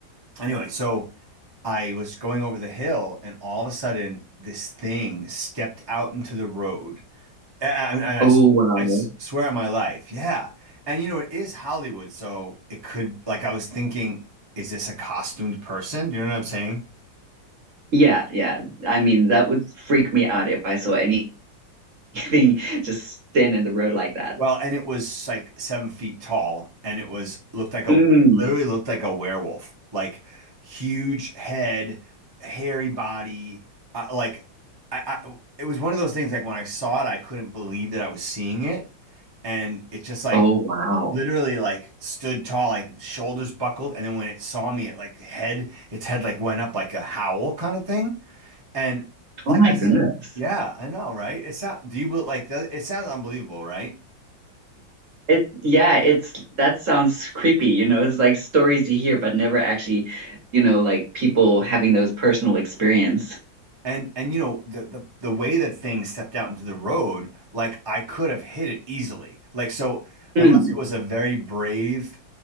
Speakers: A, on the right (about 20°); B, on the right (about 45°).
A: anyway, so I was going over the hill and all of a sudden this thing stepped out into the road and I,
B: Oh,
A: I
B: wow.
A: I swear on my life, yeah. And you know, it is Hollywood, so it could, like, I was thinking, is this a costumed person? You know what I'm saying?
B: Yeah, yeah. I mean, that would freak me out if I saw anything <laughs> just stand in the road like that.
A: Well, and it was like seven feet tall, and it was looked like a
B: Mm.
A: literally looked like a werewolf, like huge head, hairy body, uh, like I, I. It was one of those things like when I saw it, I couldn't believe that I was seeing it, and it just like
B: Oh, wow.
A: literally like stood tall, like shoulders buckled, and then when it saw me, it like head its head like went up like a howl kind of thing. And like
B: Oh my
A: I said,
B: goodness.
A: yeah, I know, right? It sound do you bel- like that- it sounds unbelievable, right?
B: It yeah, it's that sounds creepy, you know. It's like stories you hear but never actually, you know, like people having those personal experience.
A: And and you know the the the way that thing stepped out into the road, like I could have hit it easily. Like so, unless
B: Mm,
A: it was a very brave